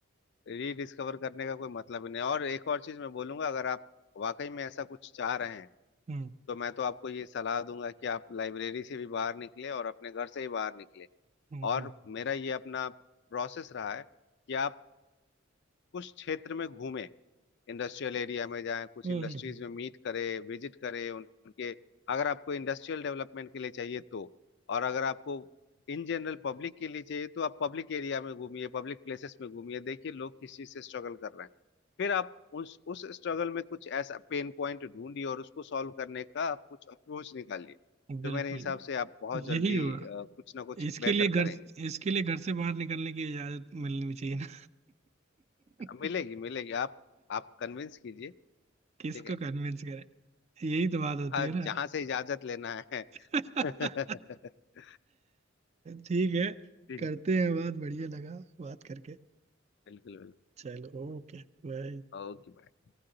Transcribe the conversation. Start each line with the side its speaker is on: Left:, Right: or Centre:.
Left: रीडिस्कवर करने का कोई मतलब ही नहीं और एक और चीज मैं बोलूंगा अगर आप वाकई में ऐसा कुछ चाह रहे हैं
Right: हम्म
Left: तो मैं तो आपको ये सलाह दूंगा कि आप लाइब्रेरी से भी बाहर निकले और अपने घर से ही बाहर निकले
Right: हम्म
Left: और
Right: हम्म
Left: मेरा ये अपना प्रोसेस रहा है कि आप कुछ क्षेत्र में घूमें इंडस्ट्रियल एरिया में जाएं कुछ
Right: हम्म,
Left: इंडस्ट्रीज
Right: हम्म,
Left: में मीट करें विजिट करें उन- उनके अगर आपको इंडस्ट्रियल डेवलपमेंट के लिए चाहिए तो और अगर आपको इन जनरल पब्लिक के लिए चाहिए तो आप पब्लिक एरिया में घूमिए पब्लिक प्लेसेस में घूमिए देखिए लोग किस चीज से स्ट्रगल कर रहे हैं फिर आप उस उस स्ट्रगल में कुछ ऐसा पेन पॉइंट ढूंढिए और उसको सॉल्व करने का आप कुछ अप्रोच निकालिए
Right: बिल्कुल
Left: तो मेरे हिसाब से आप बहुत
Right: यही
Left: जल्दी
Right: होगा
Left: अ, कुछ ना कुछ
Right: इसके
Left: बेहतर
Right: लिए घर
Left: करेंगे
Right: इसके लिए घर से बाहर निकलने की इजाजत मिलनी भी चाहिए ना <laughs>
Left: मिलेगी मिलेगी आप आप कन्विंस कीजिए
Right: किसको
Left: ठीक है
Right: कन्विंस करे यही तो बात होती
Left: हाँ
Right: है ना
Left: जहाँ से इजाजत लेना है
Right: <laughs>
Left: <laughs>
Right: ठीक है
Left: बिल्कुल
Right: करते हैं बात बढ़िया लगा बात करके
Left: बिल्कुल
Right: चलो ओके बाय
Left: ओके